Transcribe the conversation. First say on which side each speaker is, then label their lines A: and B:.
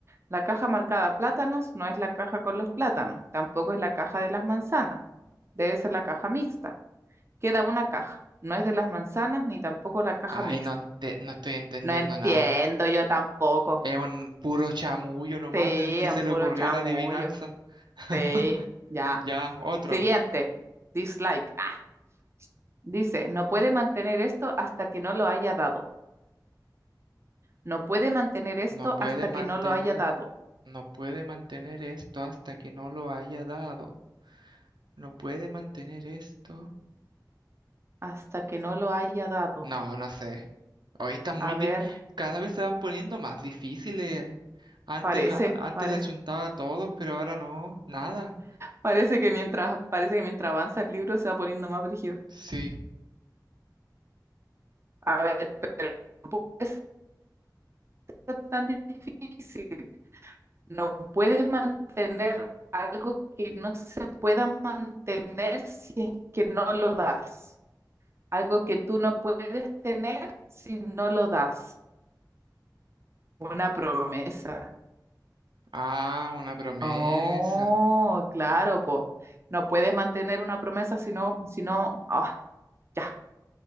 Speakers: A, on the right; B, on the right.
A: La caja marcada plátanos no es la caja con los plátanos, tampoco es la caja de las manzanas, debe ser la caja mixta. Queda una caja, no es de las manzanas ni tampoco la caja
B: Ay,
A: mixta.
B: no, ente- no estoy entendiendo
A: No entiendo
B: nada.
A: yo tampoco.
B: Es un puro chamullo nomás
A: Sí,
B: del que se
A: un puro
B: le ocurrió
A: chamullo.
B: la adivinanza. <laughs>
A: Sí, ya.
B: Ya, otro.
A: Siguiente, dislike. Ah, dice, no puede mantener esto hasta que no lo haya dado. No puede mantener esto
B: No puede
A: hasta
B: mantener,
A: que no lo haya dado.
B: no puede mantener esto hasta que no lo haya dado. No puede mantener esto.
A: Hasta que no lo haya dado.
B: No, no sé. Hoy está muy
A: A
B: di-
A: ver,
B: cada vez se van poniendo más difíciles. Antes,
A: parece,
B: a- antes
A: parece.
B: le chuntaba a todos, pero ahora no, nada.
A: Parece que mientras, parece que mientras avanza el libro se va poniendo más brígido.
B: Sí.
A: A ver, pero no puede ser tan difícil. No puede mantener algo que no se pueda mantener si es que no lo das. Algo que tú no puedes tener si no lo das. Una promesa.
B: Ah, una promesa.
A: Oh, claro, po. No puedes mantener una promesa si no, si no, ah, ya.